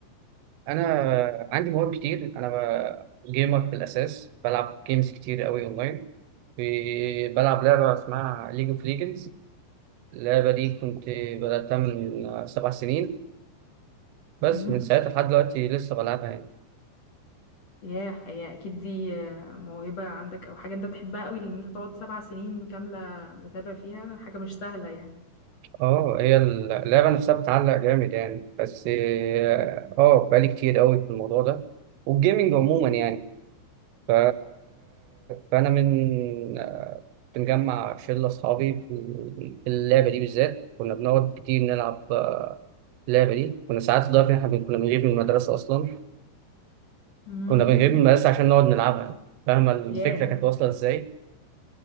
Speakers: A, on the right; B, on the left.
A: أنا عندي مواهب كتير أنا ب... جيمر في الأساس بلعب جيمز كتير أوي أونلاين ب- بلعب لعبة اسمها ليج اوف ليجندز اللعبة دي كنت بدأتها من سبع سنين بس
B: امم
A: من ساعتها لحد دلوقتي لسه بلعبها يعني
B: ياه هي أكيد دي آه، موهبة عندك أو حاجة أنت بتحبها قوي لأن أنت تقعد سبع سنين كاملة متابع فيها حاجة مش سهلة يعني
A: اه هي اللعبة نفسها بتعلق جامد يعني بس اه آه، بقالي كتير قوي في الموضوع ده والجيمنج عموما يعني ف... فأنا من آه، بنجمع شلة أصحابي في في اللعبة دي بالذات كنا بنقعد كتير نلعب آه، اللعبة دي كنا ساعات لدرجة إن إحنا بن- كنا بنغيب من المدرسة أصلا
B: امم
A: كنا بنغيب من المدرسة عشان نقعد نلعبها فاهمة الفكرة
B: ياه
A: كانت واصلة إزاي؟